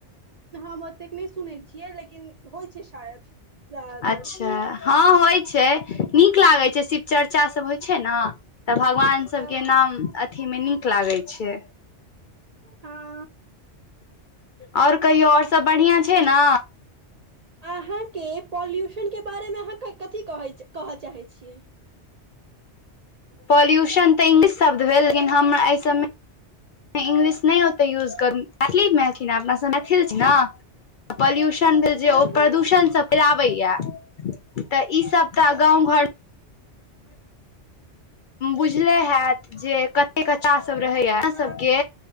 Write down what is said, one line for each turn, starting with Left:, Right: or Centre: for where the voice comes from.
Right: ओते नै सुने छियै लेकिन होय छै शायद जादातर
Left: अच्छा हँ होइ छै नीक लागे छै शिव चर्चा सब होइ छै ने तऽ भगवान सब
Right: हँ
Left: के नाम अथी मे नीक क लागै छै
Right: हँ
Left: और कहियौ और सभ बढ़िआँ छै ने
Right: अहाँ के पॉल्यूशन के बारे मे अहाँ कथी कह कहय चाहै छियै
Left: पॉल्यूशन तऽ इंग्लिश शब्द भेल लेकिन हम एहि सभमे इंग्लिश नहि ओते यूज करू मैथिलीमे अथि अपना सब मैथिल छि ना पल्यू सन भेल जे
Right: हँ
Left: ओ
Right: हँ
Left: प्रदूषणसँ फैराबैया तऽ ईसभ तऽ
Right: हँ
Left: गाँव घरमे बुझले हैत जे कते क चास सब रहे या यह
Right: हँ
Left: सब के